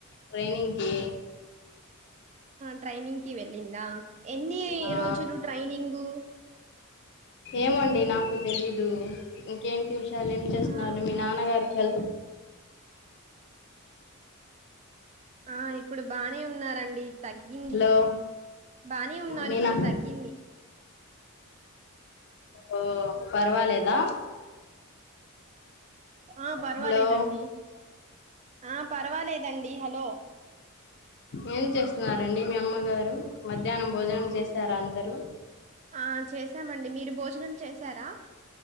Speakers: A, on the left; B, on the right.
A: ట్రైనింగ్ కి
B: ట్రైనింగ్కి వెళ్ళిందా ఎన్ని
A: ఆ
B: రోజులు ట్రైనింగు
A: ఏమోండి నాకు తెలీదు ఇంకేంటి వి చాల ఏం చేస్తున్నారు
B: ఆ
A: మీ నాన్నగారికి హెల్తు
B: ఆ ఇప్పుడు బానే ఉన్నారండి తగ్గింది
A: హలో
B: బానే ఉన్నారు
A: మీనా
B: ఇప్పుడు తగ్గింది
A: ఓ పర్వాలేదా
B: ఆ పర్వాలేదండి
A: హలో
B: ఆ పర్వాలేదండి హలో
A: ఏం చేస్తున్నారండి మీ అమ్మగారు మధ్యాహ్నం భోజనం చేసారు అందరూ
B: ఆ చేసామండి మీరు భోజనం చేసారా